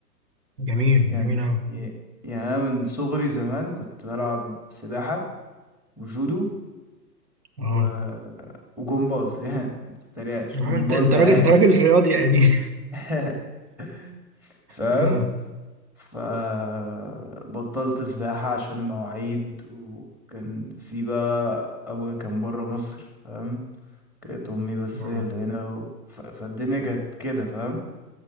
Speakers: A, on the right; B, in the centre.
A: جميل
B: يعني
A: جميل اوي
B: ي- يعني أنا من صغري زمان كنت بلعب سباحه وجودو
A: اه
B: و... وجمباز <laughs> يعني ما تتريقش
A: يا
B: جمباز
A: عم انت انت
B: عادي
A: راجل انت راجل رياضي يا قديم
B: <laughs> فاهم
A: <laughs> اه
B: فبطلت سباحه عشان المواعيد وكان في بقى ابويا كان بره مصر فاهم كانت امي بس
A: اه
B: هي اللي هنا و... ف... فالدنيا كانت كده فاهم